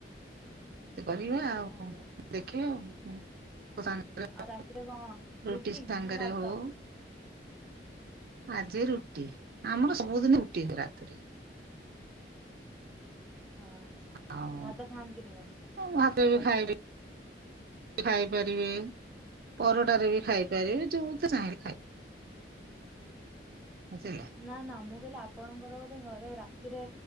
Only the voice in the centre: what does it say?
ଆଜ୍ଞା।
ଆଉ ରାତିରେ କଣ ରୁଟି
ନା ଭାତ
ଓ ଆଚ୍ଛା
ଭାତ ଖାଆନ୍ତିନି ବୋଧେ
ରାତିରେ।
ନା ନା ମୁଁ କହିଲି ଆପଣଙ୍କର ବୋଧେ ଘରେ ରାତିରେ